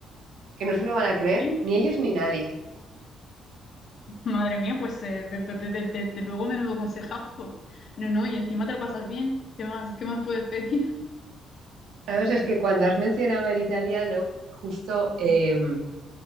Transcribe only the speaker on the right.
que no se lo van a creer
ni ellos ni nadie.
Sabes, es que cuando has mencionado el italiano, justo
eh,